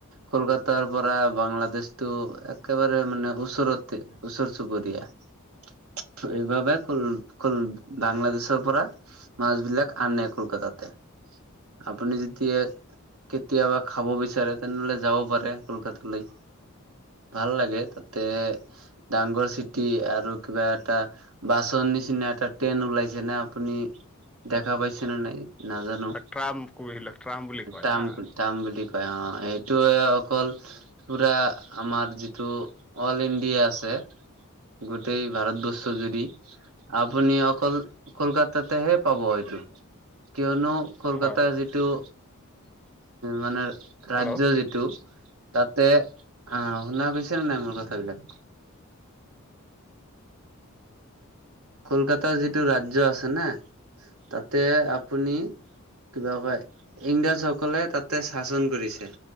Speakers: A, on the right; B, in the centre.
A: কলকাতাৰ পৰা বাংলাদেশটো একেবাৰে মানে ওচৰতে। ওচৰ চুবুৰীয়া, এইবাবে কল কল বাংলাদেশৰ পৰা- মাছ বিলাক আনে কলকাতাতে। আপুনি যতিয়া- কেতিয়াবা খাব বিচাৰে তেনেহলে যাব পাৰে কলকাতালৈ। ভাল লাগে তাতে, ডাঙৰ চিটি আৰু কিবা এটা- বাছৰ নিচিনা এটা ট্ৰেইন ওলাইছে নে, আপুনি দেখা পাইছে নে নাই - নাজানো,
B: ট্ৰাম এইবিলাক ট্ৰাম বুলি কয়
A: তাম
B: হা
A: তাম বুলি কয় অ', এই- এইটোৱে অকল পুৰা আমাৰ যিটো অল ইণ্ডিয়া আছে, গোটেই ভাৰতবৰ্ষ জুৰি আপুনি অকল - কলকাতাতেহে পাব এইটো। কিয়নো কলকাতাৰ
B: হয়
A: যিটো- মানে ৰাজ্য
B: হেল্ল'
A: যিটো- তাতে অ' শুনা গৈছে ন নাই মোৰ কথাবিলাক, কলকাতাৰ যিটো ৰাজ্য আছে না, তাতে আপুনি কিবা কয় ইংৰাজ সকলে তাতে শাসন কৰিছে।